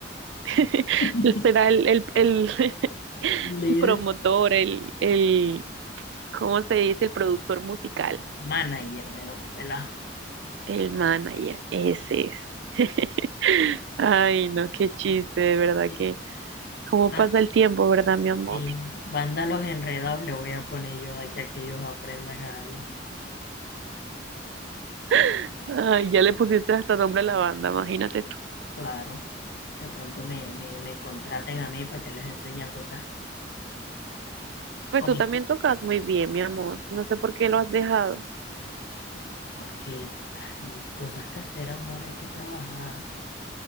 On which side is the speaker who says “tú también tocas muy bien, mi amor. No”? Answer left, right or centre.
Right